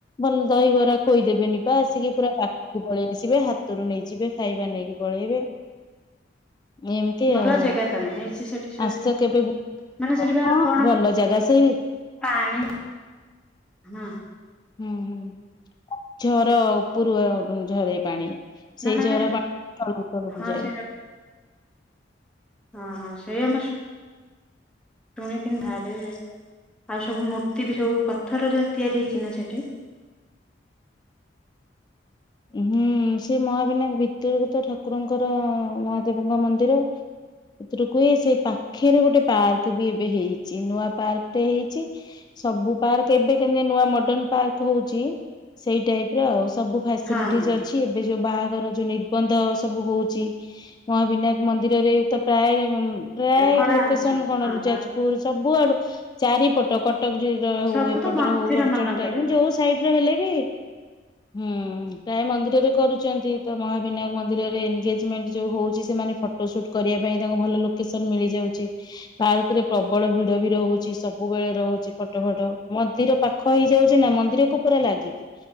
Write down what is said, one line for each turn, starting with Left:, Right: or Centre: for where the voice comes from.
Left: ଭଲ ଦହିବରା ଖୋଇଦେବେନି ପା ଆସିକି ପୁରା ପାଖକୁ ପଳେଇ ଆସିବେ ହାତରୁ ନେଇଯିବେ ଖାଇବା ନେଇକି ପଳେଇବେ। ଏମତି
Centre: ଭଲ
Left: ଆଉ
Centre: ଜାଗା ତ ନାହିଁ ହେଇଛି ସେଠି ସବୁ
Left: ଆସ କେବେ
Centre: ମାନେ ସେଠି ବା
Left: ହଁ
Centre: କଣ
Left: ଭଲ ଜାଗା ସେଇ
Centre: ପାଣି ହଁ
Left: ହୁଁ, ହୁଁ ଝର ଉପରୁ ଉ ଝରେଇ ପାଣି।
Centre: ନା
Left: ସେଇ
Centre: ମାନେ
Left: ଝର ପାଣି ତଳକୁ ତଳକୁ
Centre: ହଁ
Left: ଯାଏ।
Centre: ସେଇଟା ହଁ, ହଁ ସେଇ ଆମ ସୁ ଶୁଣିଥିନି ବାହାରେ ଆଉ ସବୁ ମୂର୍ତି ବି ସବୁ ପଥରରେ ତିଆରି ହେଇଛି ନା ସେଠି?
Left: ହୁଁ ସେ ମହାବିନାୟକ ଭିତରକୁ ତ ଠାକୁରଙ୍କର ମହାଦେବଙ୍କ ମନ୍ଦିର। ଏଥିରୁ କୁହେ ସେଇ ପାଖେରେ ଗୋଟେ ପାର୍କ ବି ଏବେ ହେଇଛି ନୂଆ ପାର୍କଟେ ହେଇଛି। ସବୁ ପାର୍କ ଏବେ କେମତି ନୂଆ ମର୍ଡନ ପାର୍କ ହଉଛି ସେଇ ଟାଇପର ଆଉ ସବୁ ଫା ସିଲିଟିଜ
Centre: ହଁ ହଁ
Left: ଅଛି। ଏବେ ଯୋଉ ବାହାଘର ଯୋଉ ନିର୍ବନ୍ଧ ସବୁ ହୋଉଛି ମହାବିନାୟକ ମନ୍ଦିରରେ ତ ପ୍ରାୟ ପ୍ରାୟେ
Centre: କରାହଉଛି
Left: ଲୋକେସନ କଣରୁ
Centre: ହଁ
Left: ଯାଜପୁର ସବୁଆଡୁ ଚାରିପଟ କଟ ଟକ ଜିର
Centre: ସବୁ
Left: ହୋଉ ଏପଟର
Centre: ତ ମନ୍ଦିର
Left: ହୋଉ ବଡଚଣା
Centre: ମାନଙ୍କରେ
Left: ଟାଇପ ମାନେ ଯୋଉ ସାଇଟର ହେଲେ ବି ହୁଁ। ପ୍ରାୟେ ମନ୍ଦିରରେ କରୁଛନ୍ତି ତ ମହାବିନାୟକ ମନ୍ଦିରରେ ଏନଗେଜମେଣ୍ଟ ଯୋଉ ହଉଛି ସେମାନେ ଫଟ୍ ଫୋଟୋ ସୁଟ କରିବା ପାଇଁ ତାଙ୍କୁ ଭଲ ଲୋକେସନ ମିଳିଯାଉଛି। ପାର୍କରେ ପ୍ରବଳ ଭିଡ ବି ରହୁଛି ସବୁବେଳେ ରହୁଛି ଫଟୋ ଫଟ ମନ୍ଦିର ପାଖ ପାଖ ହେଇଯାଉଛି ନା ମନ୍ଦିରକୁ ପୁରା ଲାଗିକି